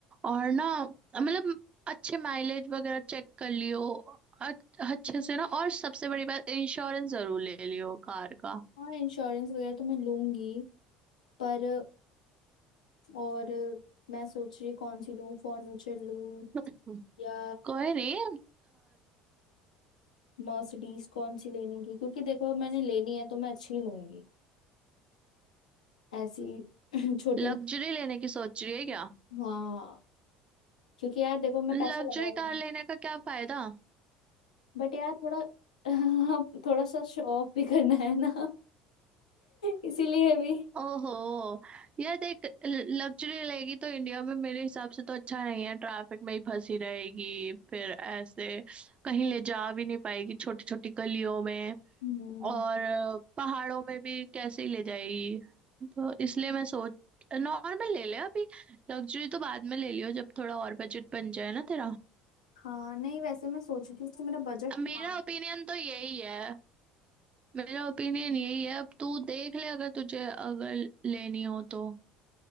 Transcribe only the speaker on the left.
हाँ इंश्योरेंस वगैरह तो मैं लूंगी पर और मैं सोच रही कौन सी लूँ फर्नीचर लूँ
या
मर्सिडीज कौन सी लेने की क्योंकि देखो अब मैंने लेनी है तो मैं अच्छी ही लूंगी ऐसी <clears throat> छोटी
हाँ क्योंकि यार देखो मैं
पैसा लगा रही
हूँ
बट यार थोड़ा <laughs> अब थोड़ा सा शो ऑफ भी करना है ना <laughs> इसीलिए भी
हम्म
हाँ नहीं वैसे मैं सोच रही थी कि मेरा बजट
था।